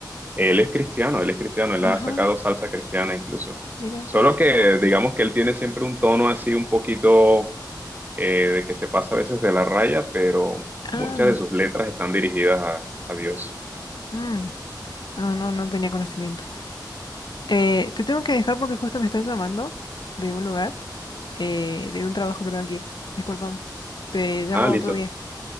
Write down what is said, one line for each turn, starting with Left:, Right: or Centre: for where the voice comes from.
Right: él es cristiano, él es cristiano, él
Left: Ajá,
Right: ha sacado salsa cristiana incluso.
Left: mira.
Right: Solo que digamos que él tiene siempre un tono así un poquito eh, de que se pasa a veces de la raya, pero muchas
Left: Ah,
Right: de sus letras están dirigidas a, a Dios.
Left: mm. Ah, no, no tenía conocimiento. Eh, te tengo que dejar porque justo me están llamando de un lugar, eh, de un trabajo que tengo que ir. Discúlpame. Te llamo
Right: Ah, listo,
Left: otro día.